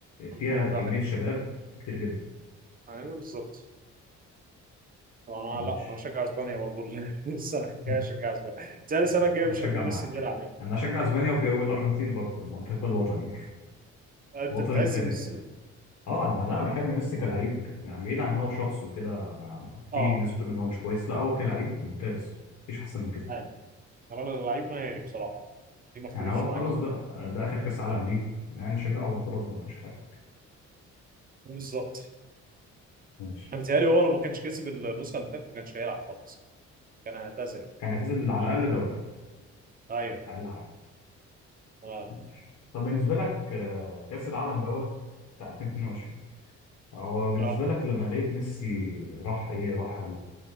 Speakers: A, on the left (about 65°); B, on the right (about 30°).
A: فيها
B: هو
A: كمية
B: ده حقيقي.
A: شباب كتير جدا
B: ايوه بالظبط انا لا
A: ماشي
B: انا هشجع اسبانيا برضه <laughs> السنه
A: <laughs>
B: الجايه هشجع اسبانيا تاني السنه
A: ماشي
B: الجايه مش هيكون
A: أشجع معاك
B: ميسي بيلعب يعني
A: انا اشجع اسبانيا وفي- والارجنتين برضه المنتخب الوطني
B: آه، انت
A: الوطن
B: بتعز
A: التاني
B: ميسي
A: بتاعه
B: يعني.
A: اه انا لا بحب ميسي كلاعب يعني بعيد عن ان هو شخص وكده ما- ما- في
B: اه
A: ناس بتقول ان هو مش كويس لا هو كلاعب ممتاز مفيش احسن من كده
B: ايوه انا اللعيب مهاري بصراحه دي ما اختلفش
A: يعني هو
B: معاك
A: خلاص بقى ده اخر كاس عالم ليه يعني شجعه وخلاص بقى مفيش حاجه
B: بالظبط
A: ماشي
B: انا بيتهيألي هو لو ما كانش كسب النسخه اللي فاتت ما كانش هيلعب خلاص كان هيعتزل يعني
A: كان هتنزل على الاقل دوري
B: ايوه
A: اقل حاجه
B: اه
A: ماشي. طب بالنسبه لك آه، كاس العالم دوت بتاع 2022 هو بالنسبه
B: اه
A: لك لما لقيت ميسي راح ايه راح